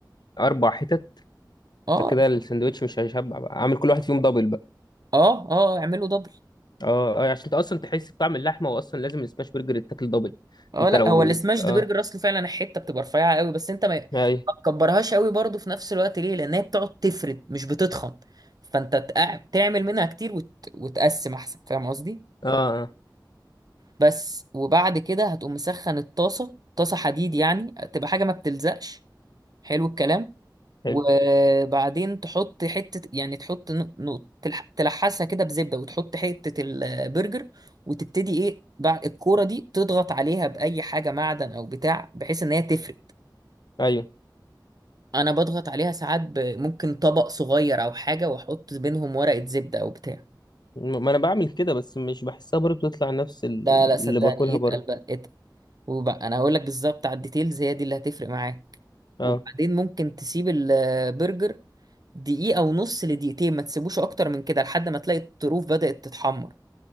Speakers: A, on the left; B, on the right.
A: أربع حتت
B: اه
A: ده كده السندوتش مش هيشبع بقى عامل كل واحد فيهم دبل بقى
B: اه اه اعملوا دبل
A: أه أه عشان أنت أصلا تحس بطعم اللحمة وأصلا لازم السماش برجر يتاكل دبل
B: اه
A: أنت
B: لا
A: لو
B: هو السماش
A: أه
B: دي برجر اصل فعلا الحته بتبقى رفيعه قوي بس انت ما
A: أي
B: ما تكبرهاش قوي برضه في نفس الوقت ليه لان هي بتقعد تفرد مش بتتخن فانت تقع- تعمل منها كتير وت... وتقسم احسن فاهم قصدي
A: أه أه
B: بس وبعد كده هتقوم مسخن الطاسة طاسة حديد يعني تبقى حاجة ما بتلزقش حلو الكلام
A: حلو
B: وبعدين تحط حتة يعني تحط ن- ن- تلح- تلحسها كده بزبدة وتحط حتة البرجر وتبتدي ايه بعد الكورة دي تضغط عليها بأي حاجة معدن أو بتاع بحيث إن هي تفرد
A: أيوه
B: أنا بضغط عليها ساعات ب- ممكن طبق صغير أو حاجة وأحط بينهم ورقة زبدة أو بتاع
A: ما أنا بعمل كده بس مش بحسها برضه تطلع نفس ال-
B: لا لا صدقني
A: اللي باكلها
B: اتقل
A: بره
B: بقى اتقل وبقى انا هقول لك بالظبط على الديتيلز هي دي اللي هتفرق معاك
A: أه
B: وبعدين ممكن تسيب البرجر دقيقة ونص لدقيقتين ما تسيبوش اكتر من كده لحد ما تلاقي الطروف بدأت تتحمر